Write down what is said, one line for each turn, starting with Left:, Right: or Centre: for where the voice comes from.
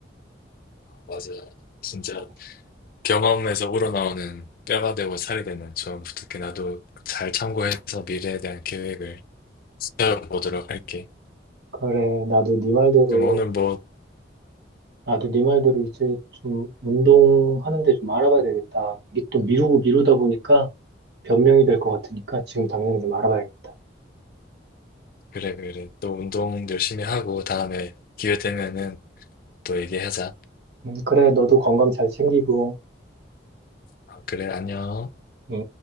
Left: 맞아. 진짜
Right: 어,
Left: 경험에서 우러나오는 뼈가 되고 살이 되는 조언 부탁해. 나도 잘 참고해서 미래에 대한 계획을 세워보도록 할게.
Right: 그래, 나도 네 말대로
Left: 그럼 오늘 뭐,
Right: 나도 네 말대로 이제 좀 운동하는데 좀 알아봐야 되겠다. 이게 또 미루고 미루다 보니까 변명이 될 것 같으니까 지금 당장 좀 알아봐야겠다.
Left: 그래, 그래. 또 운동 열심히 하고 다음에 기회 되면은 또 얘기하자.
Right: 음, 그래, 너도 건강 잘 챙기고,
Left: 아, 그래, 안녕.
Right: 응?